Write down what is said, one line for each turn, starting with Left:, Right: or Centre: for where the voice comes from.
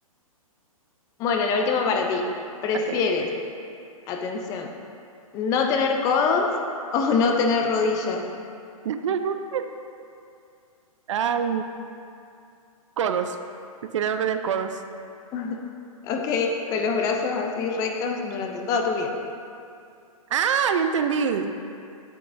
Left: Bueno, la última para ti. ¿Prefieres,
Right: Ok.
Left: atención, no tener codos <laughs> o no tener rodillas?
Right: <laughs> Ay, codos. Prefiero no tener codos.
Left: <laughs> Ok, con los brazos así rectos durante toda tu vida.
Right: Ah, yo entendí.